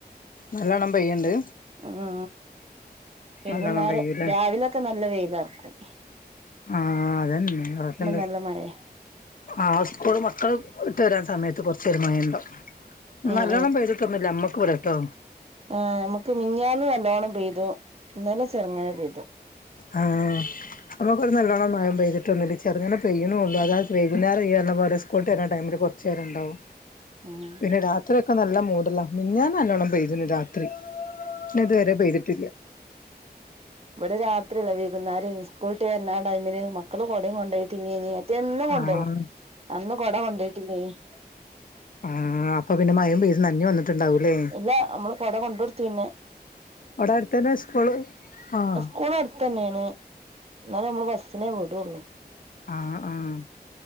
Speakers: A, on the left (about 55°); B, on the right (about 35°).
A: നല്ലോണ്ണം പെയ്യണ്ട്.
B: മ് വൈകുന്നേരം
A: നല്ലോണം പെയ്യൂല്ലേ
B: രാവിലൊക്കെ നല്ല വെയിലർക്കും.
A: ആഹ് അതന്നക്ക
B: നല്ല
A: <unintelligible>
B: മഴയാ
A: ആ സ്കൂൾ മക്കള് - ഇട്ട് വരാൻ സമയത്ത് കൊറച്ചൊരു മഴ ഇണ്ടവും
B: ഉം
A: നല്ലോണം പെയ്തിട്ടൊന്നുല്ല അമ്മക്ക് ഇവ്ടട്ടോ.
B: ആ ഞ്ഞമ്മക്ക് മിഞ്ഞാന്ന് നല്ലോണ്ണം പെയ്തു ഇന്നലെ ചെറങ്ങനെ പെയ്ത്.
A: ആഹ് നമ്മുക്കൊരു നല്ലോണം മഴം പെയ്തിട്ട <unintelligible> ചെറങ്ങനെ പെയ്യ്ണ്ള്ളൂ അത് വൈകുന്നേരം ഇയ്യറിഞ്ഞപോലെ സ്കൂ ടൈമില് കൊറച്ചേരണ്ടാവും.
B: ഉം
A: പിന്നെ രാത്രിയൊക്കെ നല്ല മൂടല മിഞ്ഞാന്ന് നല്ലോണ്ണം പെയ്തിണ് രാത്രി. പിന്നെ ഇതുവരെ പെയ്തിട്ടില്ല.
B: ഇവിടെ രാത്രിയല്ല വൈകുന്നരേനി സ്കൂള്ട്ട് വേര്ണ ആ ടൈമില് മക്കള് കൊടയും കൊണ്ടോയിട്ടില്ലേനീ മറ്റേ എന്നും കൊണ്ടോവും
A: ആഹ്
B: അന്ന് കൊട കൊണ്ടോയിട്ടില്ലേനി
A: ആ അപ്പൊ പിന്നെ മയയും പെയ്ത് നനഞ്ഞ് വന്നിട്ടുണ്ടാവൂല്ലേ.
B: ഇല്ല നമ്മള് കൊട കൊണ്ട് കൊടുത്തു പിന്നെ.
A: അവിടെ അടുത്തന്നെ സ്കൂള്? ആഹ്
B: സ്കൂളടുത്ത് തന്നെയാണ് എന്നാലേ നമ്മള് ബസ്സിനെ വിടൊള്ളു.
A: ആഹ് ആഹ്